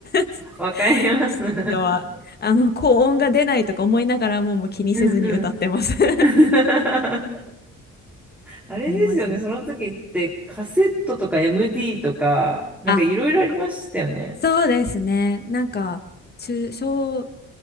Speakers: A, on the left; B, in the centre.
A: <laughs> ス
B: わかります。<laughs>
A: ピードはあの高音が出ないとか思いながらももう気にせずに歌ってます
B: うんうん。
A: <laughs>
B: <laughs> あれですよね、
A: ありますね
B: その時ってカセットとか MD とか、なんかいろいろありましたよね。
A: あそうですね。なんか、中、小、